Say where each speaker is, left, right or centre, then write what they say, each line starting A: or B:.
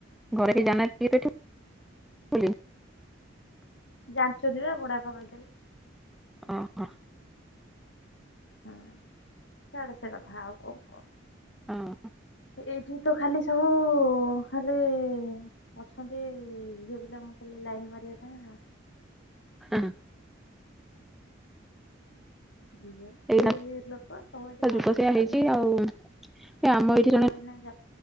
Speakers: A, in the centre; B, on the left.
A: ଘରେ କେହି ଜାଣିନାହାନ୍ତି ତୁ ଏଠି ଅଛୁ ବୋଲି?
B: ଜାଣିଚନ୍ତି ବା ବଡାପା କହିଦେଲେ।
A: ଅ -ହ।
B: ହୁଁ ଛାଡେ ସେ କଥା, ଆଉ କଣ କହ?
A: ହଁ।
B: ଏଇଠି ତ ଖାଲି ସବୁ ଖାଲି ଅଛନ୍ତି, ଝିଅପିଲାଙ୍କୁ ଖାଲି ଲାଇନ୍ ମାରିବା ପାଇଁ ଆଉ।
A: <unintelligible>
B: <unintelligible> ସେଇ
A: ଏଇନା
B: ଲୋକ ସବୁ ଏଠି <unintelligible>
A: ଯୁଗ ସେଇଆ ହେଇଛି ଆଉ ଏ ଆମ ଏଇଠି
B: ଯୁଗ
A: ଜଣେ
B: ଏଇନା ଯା,